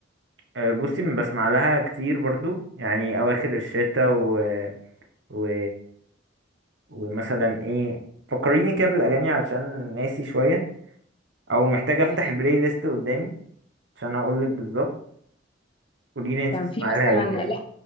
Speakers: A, on the right; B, on the left.
A: أه بصي بسمع لها كتير برضو يعني اواخر الشتاء و... و... ومثلا ايه فكريني كده بالاغاني علشان ناسي شويه او محتاج افتح
B: آه
A: البلاي ليست قدامي عشان اقول لك بالظبط قولي لي انت
B: كان
A: بتسمعي
B: في مثلا
A: لها ايه كده
B: لا